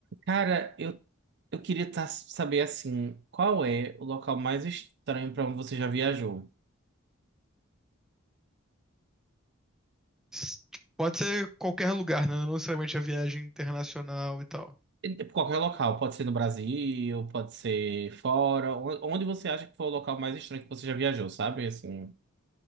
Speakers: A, on the right; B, in the centre.
A: Cara, eu, eu queria tá- saber assim, qual é o local mais estranho para onde você já viajou?
B: S- Pode ser qualquer lugar, né? Não necessariamente a viagem internacional e tal.
A: E- Qualquer local, pode ser no Brasil, pode ser fora, on- onde você acha que foi o local mais estranho que você já viajou, sabe? Assim.